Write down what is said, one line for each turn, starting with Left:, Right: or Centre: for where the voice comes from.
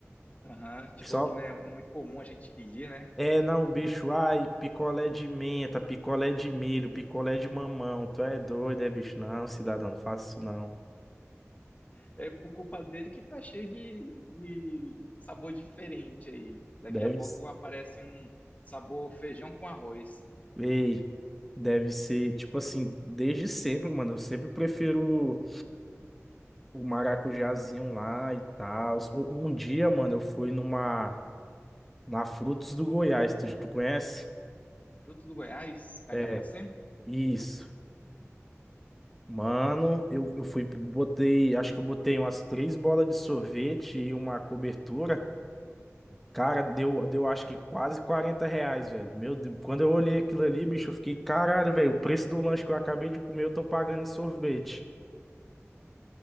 Left: Aham, Tipo,
Centre: Só
Left: que não é muito comum a gente pedir, né?
Centre: é, não, o bicho, ai, picolé de menta, picolé de milho, picolé de mamão. Tu é doido, é, bicho? Não, cidadão, não faça isso não.
Left: É por culpa dele que tá cheio de, de sabor diferente aí. Daqui
Centre: Deve,
Left: a pouco
Centre: s-
Left: aparece um sabor feijão com arroz.
Centre: ei, deve ser, tipo assim, desde sempre, mano. Eu sempre prefiro o maracujazinho lá e tal. Um um dia, mano, eu fui numa, na Frutos do Goiás, tu, tu conhece?
Left: Fruto do Goiás, é
Centre: É,
Left: aquela no centro?
Centre: isso. Mano, eu, eu fui, botei, acho que eu botei umas três bolas de sorvete e uma cobertura. Cara, deu, deu acho que quase 40 reais, velho. Meu Deus, quando eu olhei aquilo ali, bicho, eu fiquei, caralho, velho, o preço do lanche que eu acabei de comer, eu tô pagando em sorvete.